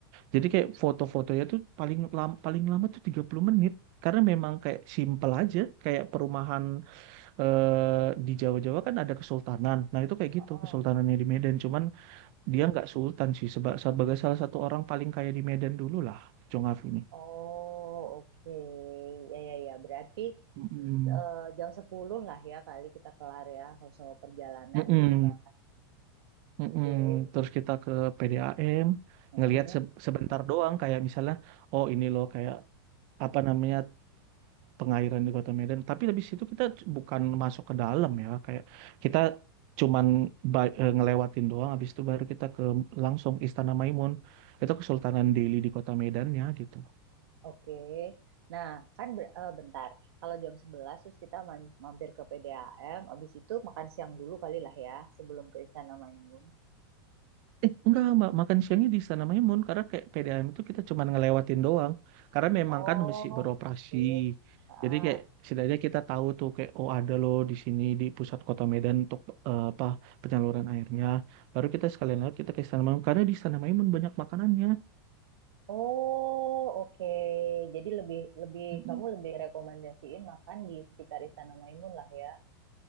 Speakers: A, on the right (about 35°); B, on the right (about 80°).
A: Jadi kayak foto-fotonya tuh paling lam- paling lama tuh 30 menit karena memang kayak simpel aja kayak perumahan eh, di Jawa-Jawa kan ada kesultanan. Nah, itu kayak
B: Heeh.
A: gitu kesultanannya di Medan cuman dia nggak sultan sih seba- sebagai salah satu orang paling kaya di Medan dulu lah, Jong Afif ini.
B: Oh, oke. Ya, ya, ya. Berarti
A: Mm-mm.
B: eh, jam 10 lah ya kali kita kelar ya kalau soal perjalanan
A: Mm-mm.
B: gitu kan.
A: Mm-mm.
B: Oke.
A: Terus kita ke PDAM,
B: Mm-mm.
A: ngelihat se- sebentar doang kayak misalnya, oh ini loh kayak apa namanya pengairan di Kota Medan. Tapi habis itu kita c- bukan masuk ke dalam ya, kayak kita cuman ba- eh, ngelewatin doang. Habis itu baru kita ke langsung Istana Maimun. Itu Kesultanan Delhi di Kota Medannya gitu.
B: Oke. Nah, kan ber- eh, bentar. Kalau jam 11 terus kita man- mampir ke PDAM, habis itu makan siang dulu kali lah ya sebelum ke Istana Maimun.
A: Eh, enggak, Mbak. Makan siangnya di Istana Maimun. Karena kayak PDAM itu kita cuma ngelewatin doang. Karena memang
B: Oh,
A: kan masih beroperasi.
B: oke. Ah.
A: Jadi kayak setidaknya kita tahu tuh kayak oh ada loh di sini di pusat kota Medan untuk eh, apa penyaluran airnya. Baru kita sekalian lewat kita ke Istana Maimun. Karena di Istana Maimun banyak makanannya.
B: Oh, oke. Jadi lebih lebih
A: Mm-mm.
B: kamu lebih rekomendasiin makan di sekitar Istana Maimun lah ya,